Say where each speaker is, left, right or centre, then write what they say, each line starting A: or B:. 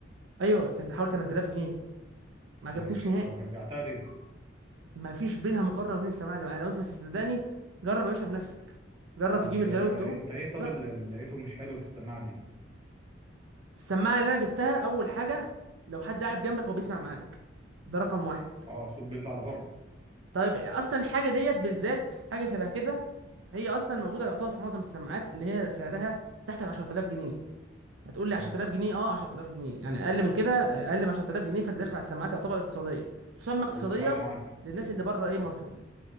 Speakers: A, on the right; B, on the right.
A: أيوه كانت بحوالي 8000 جنيه ما
B: ماشي
A: عجبتنيش نهائي
B: طب ورجعتها ليه
A: ما فيش بينها مقارنه وبين السماعه اللي معايا لو انت مش هتصدقني جرب يا باشا بنفسك جرب
B: طب
A: تجيب الجلاوي
B: آه،
A: التو
B: انت ايه طب
A: جرب
B: اللي اللي لقيته مش حلو في السماعه دي
A: السماعه اللي انا جبتها اول حاجه لو حد قاعد جنبك هو بيسمع معاك ده رقم واحد
B: اه الصوت بيطلع لبره
A: طيب اصلا الحاجه ديت بالذات حاجه شبه كده هي اصلا موجوده يعتبر في معظم السماعات اللي هي سعرها تحت ال 10000 جنيه هتقول لي
B: تمام
A: 10000 جنيه اه 10000 جنيه يعني اقل من كده اقل من 10000 جنيه فانت داخل على السماعات يعتبر اقتصاديه تسمى اقتصاديه
B: طب والسماعه اللي معاك
A: للناس اللي بره ايه مصر يعني